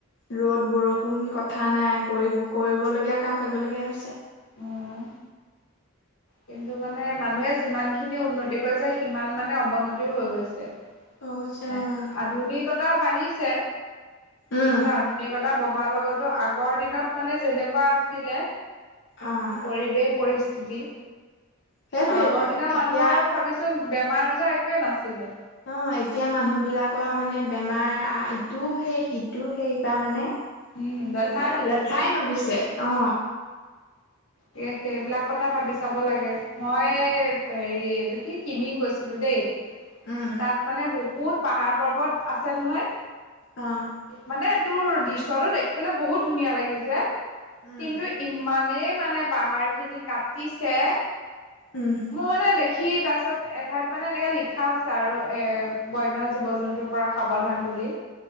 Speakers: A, on the left; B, on the left.
A: ৰ'দ বৰষুণ কথা নাই কৰিব কৰিবলগীয়া কাম কৰিবলগীয়া হৈছে।
B: অ'। কিন্তু মানে মানুহে যিমান খিনি উন্নতি কৰিছে সিমান মানে অৱনতিও হৈ গৈছে।
A: হৈ গৈছে
B: মানে
A: অ',
B: আধুনিকতা বাঢ়িছে।
A: উম,
B: কিন্তু আধুনিকতা বঢ়াৰ লগতো আগৰ দিনত মানে যেনেকুৱা আছিলে
A: অ',
B: পৰিৱেশ পৰিস্থিতি
A: সেইটোৱেইটো
B: আগৰ দিনাৰ
A: এতিয়া
B: মানুহৰ চাবিচোন বেমাৰ আজাৰ একোৱে নাছিলে।
A: অ' এতিয়া মানুহ বিলাকৰ মানে বেমাৰ ইটোও সেই সিটোও সেই বা মানে সবাৰে
B: উম দেখাই নুগুছে
A: লেঠাই নুগুছে অ'।
B: হে সেইবিলাক কথা ভাবি চাব লাগে, মই হেৰি এইটো কি কিমিং গৈছিলো দেই।
A: উম,
B: তাত মানে বহুত পাহাৰ পৰ্বত আছে নহয়।
A: অ'
B: মানে তোৰ দৃশ্যটো দেখিবলৈ বহুত ধুনীয়া লাগিছে,
A: উম,
B: কিন্তু ইমান নেই মানে পাহাৰ খিনি কাটিছে,
A: উম,
B: মোৰ মানে দেখি তাৰ পিছত এঠাইত মানে এনেকে লিখা আছে আৰু এ বন্য জীৱ জন্তুৰ পৰা সাৱধান বুলি।